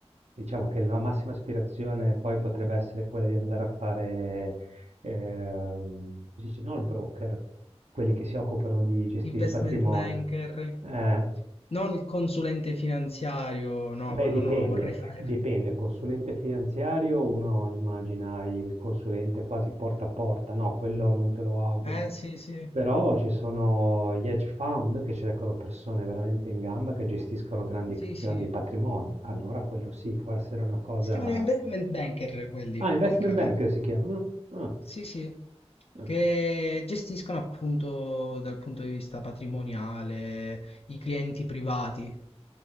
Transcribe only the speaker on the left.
investment
banker,
non il consulente finanziario, no,
quello
non lo vorrei fare.
Eh sì, sì,
sì,
sì.
Si chiamano investment banker quelli,
Riccardo.
Sì, sì,
che gestiscono appunto dal punto di vista patrimoniale i clienti privati.